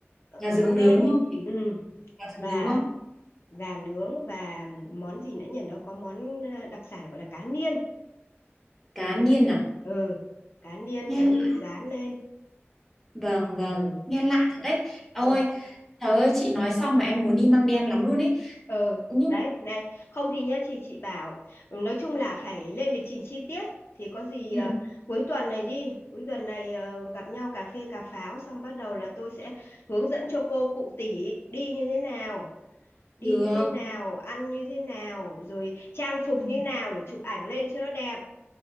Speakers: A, on the left; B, in the centre.
A: ở,
B: Gà
A: ở
B: rừng
A: Măng
B: nướng
A: Đen
B: đúng
A: ấy
B: không chị?
A: ừ.
B: Gà
A: và
B: rừng nướng đúng không?
A: gà nướng và món gì nữa nhỉ nó có món ờ, đặc sản gọi là cá niên
B: Cá niên à?
A: ừ cá niên
B: Nghe
A: cá
B: lạ.
A: niên rán lên
B: Vâng vâng,
A: ừ
B: nghe lạ thật đấy. Ôi,
A: ừ
B: trời ơi chị nói xong mà em muốn đi măng đen lắm luôn ấy.
A: ừ
B: Nhưng
A: đấy này không thì nhá chị chị bảo ừ, nói chung là phải lên lịch trình chi tiết thì có gì
B: ừ,
A: à, cuối tuần này đi cuối tuần này ờ, gặp nhau cà phê cà pháo xong bắt đầu là tôi sẽ hướng dẫn cho cô cụ tỷ đi như thế nào đi
B: được.
A: như thế nào ăn như thế nào rồi trang phục
B: Ừ.
A: như nào để chụp ảnh lên cho nó đẹp